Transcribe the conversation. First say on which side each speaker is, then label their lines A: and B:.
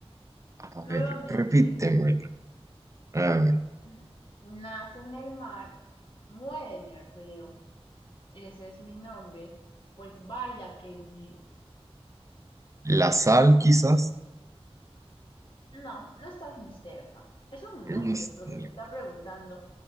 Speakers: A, on the right; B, on the left.
A: A
B: Nuevamente,
A: ver, repítemelo. A ver,
B: mm, nace en el mar, muere en el río. Ese es mi nombre, pues vaya qué lío.
A: la sal quizás.
B: No, no estás ni cerca. Es un
A: Este,
B: nombre porque te está preguntando.